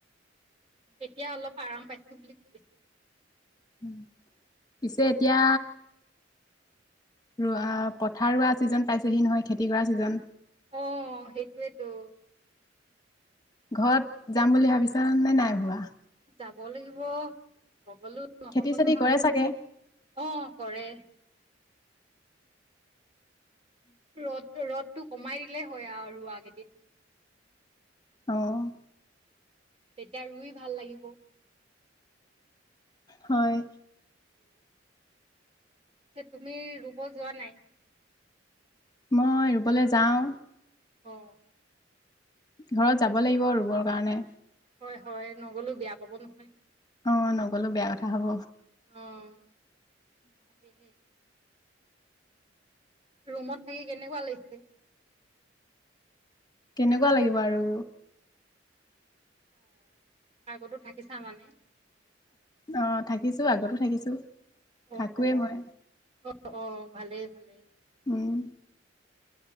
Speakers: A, on the right; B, on the left.
A: এতিয়া অলপ আৰাম পাইছোঁ বুলি কৈছে।
B: উম, পিছে এতিয়া ৰোৱা পথাৰ ৰোৱা ছিজন পাইছেহি নহয় খেতি কৰা ছিজন
A: অ' সেইটোৱেটো।
B: ঘৰত যাম বুলি ভাবিছানে নাই ভবা।
A: যাব লাগিব। নগলো নহ'ব
B: খেতি চেতি
A: নহয়
B: কৰে চাগে
A: অ' কৰে। ৰ'দটো-ৰ'দটো কমাই দিলেই হয় আৰু ৰোৱা কেইদিন।
B: অ'
A: তেতিয়া ৰুই ভাল লাগিব।
B: হয়।
A: উম যে তুমি ৰুব যোৱা নাই
B: মই ৰুবলৈ যাও
A: অ
B: ঘৰত যাব লাগিব ৰুবৰ কাৰণে
A: হয় হয় নগলেও বেয়া পাব নহয়
B: অ নগলো বেয়া কথা হব
A: অ' তাকেহে ৰুমত থাকি কেনেকুৱা লাগিছে
B: কেনেকুৱা লাগিব আৰু
A: অ', আগতে থাকিছা মানে?
B: অ', থাকিছোঁ, আগতো থাকিছোঁ,
A: অ'
B: থাকোঁয়েই
A: অ'
B: মই।
A: অ' অ', ভালেই ভালেই
B: উম।